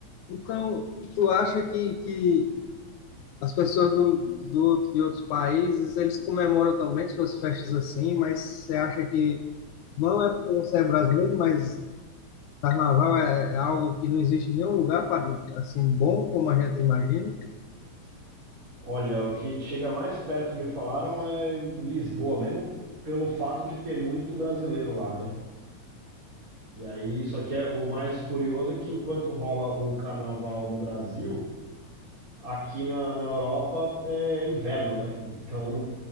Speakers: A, on the left; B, on the right.
A: Então, tu acha que, que as pessoas do, do, de outros países, eles comemoram também suas festas assim, mas você acha que não é porque você é brasileiro, mas Carnaval é, é algo que não existe em nenhum lugar para, assim bom como a gente imagina.
B: Olha, o que chega mais perto, me falaram, é em Lisboa mesmo, pelo fato de ter muito brasileiro lá, né, e aí, só que é, o mais curioso é que enquanto rola o carnaval no Brasil, Aqui na, na Europa é inverno, né? Então